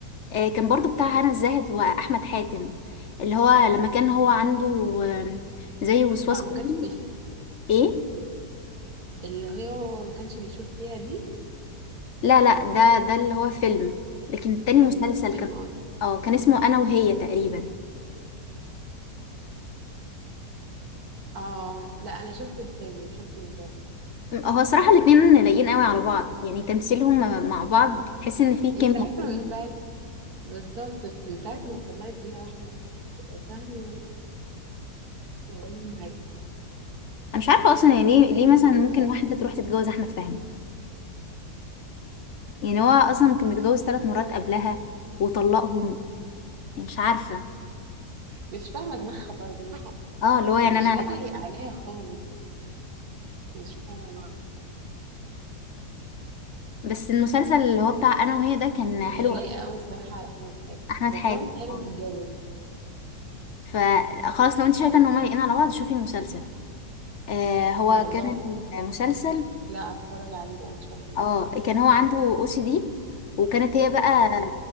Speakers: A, on the left; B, on the right.
A: آه، كان برضو بتاع هنا الزاهد واحمد حاتم اللي هو لما كان هو عنده آه، زي وسواس
B: اه ما
A: قهري
B: كانش بيشوف
A: ايه
B: اللي هي هو ما كانش بيشوف فيها دي
A: لا لا ده ده اللي هو فيلم لكن التاني
B: ده
A: مسلسل
B: فيلم
A: كان
B: اصلا
A: اه كان اسمه انا وهي تقريبا
B: اه لا انا شفت الفيلم شفت ال...
A: م- هو صراحة الاتنين لايقين قوي على بعض يعني تمثيلهم مع بعض بتحس ان في كيمياء
B: من ساعتها
A: كده.
B: من ساعه بالظبط من ساعة ما اتطلقت هي فاهمة وانا بقول لهم
A: انا مش عارفة اصلا يعني
B: هيتجوزوا
A: ليه ليه مثلا ممكن
B: امتى
A: واحدة تروح تتجوز احمد فهمي يعني هو اصلا كان متجوز ثلاث مرات قبلها وطلقهم يعني مش عارفة
B: مش فاهمة دماغها برضه
A: اه اللي هو يعني
B: ومش
A: انا
B: لايق عليها خالص مش فاهمة بقى.
A: بس المسلسل اللي هو بتاع انا وهي ده كان حلو
B: هي لايقة
A: قوي.
B: أوي الصراحة على أحمد حاتم
A: احمد
B: بس
A: حاتم
B: هو متهيألي
A: اه
B: متجوز
A: فخلاص لو انت شايفة ان هما لايقين على بعض شوفي المسلسل آه هو
B: والله
A: كان المسلسل
B: لا هتفرج عليه بقى إن شاء الله
A: اه كان هو عنده او سي دي وكانت هي بقى
B: هشوف